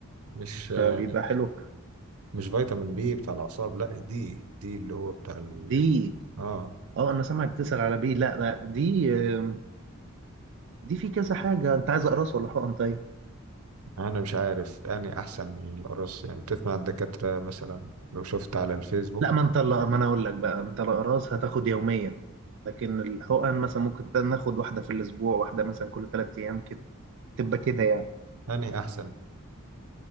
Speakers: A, on the right; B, on the right.
A: مش آه
B: فبيبقى حلو
A: مش فيتامين بي بتاع الاعصاب لا دي دي اللي هو بتاع ال...
B: دي
A: اه
B: اه انا سامعك تسأل على بي لا لا دي آه، دي في كذا حاجة انت عايز اقراص ولا حقن طيب
A: انا مش عارف يعني احسن القرص يعني بتسمع الدكاتره مثلا لو شفت على الفيسبوك
B: لا ما انت لا ما انا اقول لك بقى انت الاقراص هتاخد يوميا لكن الحقن مثلا ممكن ناخد واحدة في الاسبوع واحدة مثلا كل ثلاث ايام كده تبقى كده يعني
A: يعني احسن